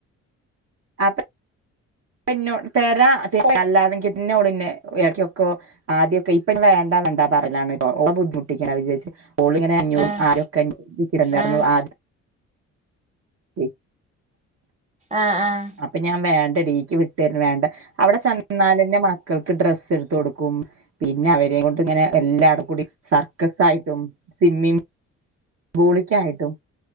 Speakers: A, on the right (about 50°); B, on the right (about 25°).
A: അപ്പ ന്നോ തരാ ത അല്ലാതെങ്കിന്നോള്ന്നെ <unintelligible> ആദ്യൊക്കെ ഇപ്പ ന്നെ വേണ്ട വണ്ടാ പറയലാണ് പ്പൊ. ഓളെ ബുദ്ധിമുട്ടിക്ക്യാ വിജാരിച്ച്. ഓള് ഇങ്ങനെ അഞ്ഞൂറും,
B: ആഹ്
A: ആയിരൊക്കെ <unintelligible>
B: ആഹ്
A: <unintelligible>
B: ആഹ് ആഹ്
A: അപ്പൊ ഞാൻ വേ ണ്ടടീ ഇയ്ക്ക് വിട്ട ര്ന വേണ്ട. അവിടെ ചെന്നാലന്നെ മക്കൾക്ക് ഡ്രസ്സ് ഇട്ത്ത് കൊടുക്കും. പിന്നെ അവരെം കൊണ്ട് ഇങ്ങനെ എല്ലാട് കൂടി സർക്കസ് ആയിട്ടും സിമ്മിങ് പൂളിക്കായിട്ടും